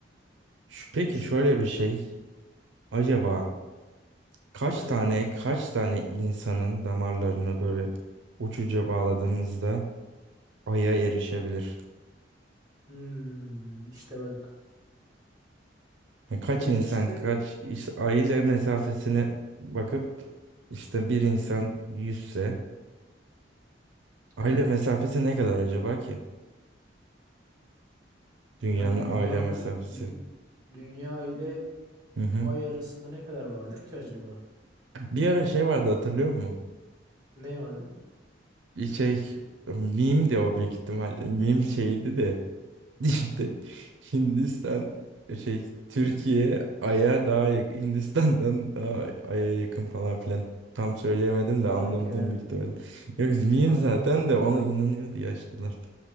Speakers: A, on the right (about 75°); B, on the right (about 20°).
A: Şu, peki
B: düşünüyorum
A: şöyle bir şey acaba Kaç
B: acaba.
A: tane kaç tane insanın damarlarını böyle uçuca bağladığımızda aya erişebilir?
B: Hmm, işte bak.
A: Yani kaç
B: Önce
A: insan
B: işte
A: kaç işte ay ile mesafesine bakıp işte bir insan yüzse aile
B: evet.
A: mesafesi ne kadar acaba ki? Dünyanın
B: Yani
A: aile
B: dünyanın
A: mesafesi.
B: dü- dünya ile
A: Hı hı.
B: ay arasında ne kadar vardır ki acaba?
A: Bir ara şey vardı hatırlıyor musun?
B: Ne vardı?
A: E, Şey meme de o büyük ihtimalle meme şeydi de İşte Hindistan şey Türkiye
B: <laughs> Hı?
A: Ay'a daha yakın Hindistan'dan daha Ay'a yakın falan filan. Tam söyleyemedim de anlamadım
B: Yok ya.
A: büyük ihtimalle. Yok miyim
B: Anladım
A: zaten
B: onu.
A: de ona inanıyordu yaşlılar.